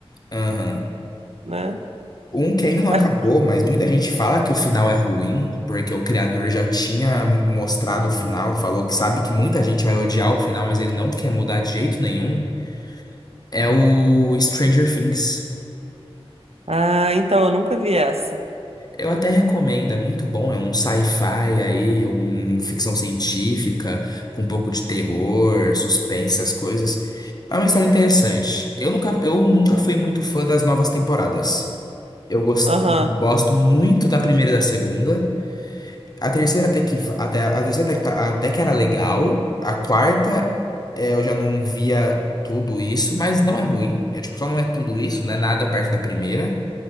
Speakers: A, on the left; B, on the right.
A: Aham.
B: né?
A: Um que ainda não
B: Ah,
A: acabou, mas muita gente fala que o final é ruim, porque o criador já tinha mostrado o final, falou que sabe que muita gente vai odiar o final, mas ele não quer mudar de jeito nenhum. É o Stranger Things.
B: ah, então, eu nunca vi essa.
A: Eu até recomendo, é muito bom. É um sci-fi aí, um ficção científica, com um pouco de terror, suspense, essas coisas. É uma história interessante. Eu nunca, eu nunca fui muito fã das novas temporadas. Eu gosto,
B: Aham,
A: gosto muito da primeira e da segunda. A terceira até que, va- até, a terceira até que, tá- até que era legal. A quarta, é, eu já não via tudo isso, mas não é ruim. É tipo, só não é tudo isso, né? Nada perto da primeira.